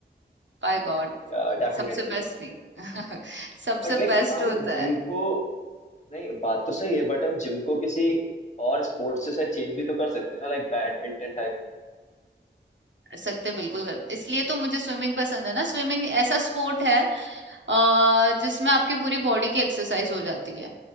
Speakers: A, on the right; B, on the left.
A: बाय गॉड
B: या डेफिनेटली
A: सबसे बेस्ट नींद <laughs> सबसे
B: बट लाइक
A: बेस्ट
B: हम
A: होता
B: जिम
A: है।
B: को नहीं बात तो सही है बट हम जिम को किसी और स्पोर्ट्स से शायद चेंज भी तो कर सकते हैं ना लाइक बैडमिंटन टाइप
A: सकते हैं बिल्कुल कर इसलिए तो मुझे स्विमिंग पसंद है ना स्विमिंग ऐसा स्पोर्ट है अ, जिसमें आपकी पूरी बॉडी की एक्सरसाइज हो जाती है